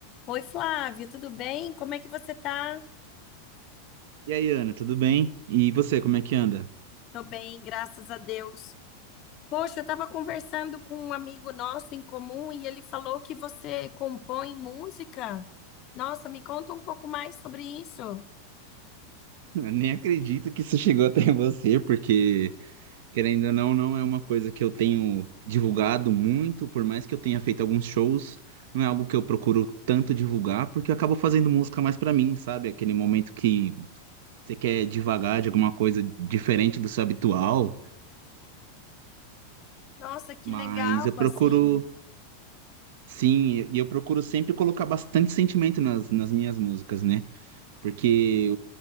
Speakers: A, on the left; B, on the right.
A: Oi, Flávio, tudo bem? Como é que você tá?
B: E aí, Ana, tudo bem? E você, como é que anda?
A: Tô bem, graças a Deus. Poxa, eu tava conversando com um amigo nosso em comum e ele falou que você compõe música. Nossa, me conta um pouco mais sobre isso.
B: <laughs> nem acredito que isso chegou até você, porque, querendo ou não, não é uma coisa que eu tenho divulgado muito, por mais que eu tenha feito alguns shows, não é algo que eu procuro tanto divulgar, porque eu acabo fazendo música mais pra mim, sabe? Aquele momento que você quer divagar de alguma coisa diferente do seu habitual,
A: Nossa, que
B: mas
A: legal,
B: eu procuro,
A: assim.
B: sim, e eu procuro sempre colocar bastante sentimento nas, nas minhas músicas, né? Porque